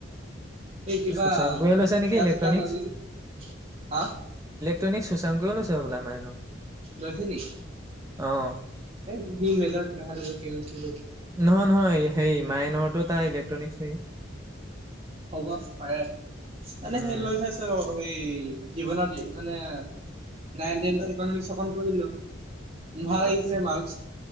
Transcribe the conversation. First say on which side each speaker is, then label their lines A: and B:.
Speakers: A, on the right (about 35°); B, on the right (about 15°).
A: এই কিবা
B: সুশাংকয়ে লৈছে নেকি
A: কিতাপ
B: ইলেক্ট্ৰনিক্স
A: চিতাপ ললি নে হা
B: তনিক সুশাংকয়ো লৈছে হ'বলা মাইনৰ
A: লৈছে নি
B: অঁ
A: <unintelligible>
B: নহয় নহয় সেই মাইনৰটো তাৰ ইলেক্ট্ৰনিক্স নেকি
A: হ'ব পাৰে মানে
B: উম
A: সেই লৈ চাইছো সেই জীৱনত মানে নাই টেনটো ইকনমিক্স অকন পঢ়িলো ভাল আহিছিলে
B: আচ্ছা
A: মাৰ্ক